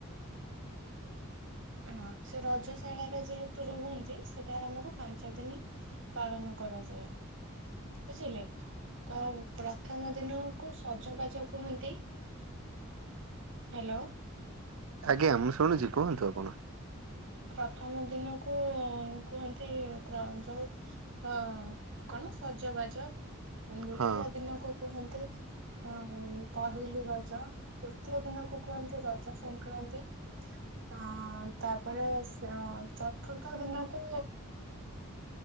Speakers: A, on the right; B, on the right.
A: ହଁ ସେ ରଜଶାଳା ରେ ଯେହେତୁ ରୁହନ୍ତି। ସେଟା ଆମର ପାଞ୍ଚ ଦିନ ପାଳନ କରାଯାଏ ବୁଝିଲେ। ତା ଉପୁରା ପ୍ରଥମ ଦିନ ଙ୍କୁ ସଜବାଜ କୁହନ୍ତି। ହ୍ୟାଲୋ।
B: ଆଜ୍ଞା ମୁଁ ଶୁଛି କୁହନ୍ତୁ ଆ କଣ?
A: ପ୍ରଥମ ଦିନକୁ କୁହନ୍ତି ଯୋଉ ଅ କଣ ସଜବାଜ ଦ୍ୱିତୀୟ
B: ହଁ
A: ଦିନକୁ କୁହନ୍ତି। ଉଁ କହିଲି ରଜ ତୃତୀୟ ଦିନକୁ କୁହନ୍ତି ରଜ ସଂକ୍ରାନ୍ତି ଆ ତାପ ତାପରେ ଚତୁର୍ଥ ଦିନକୁ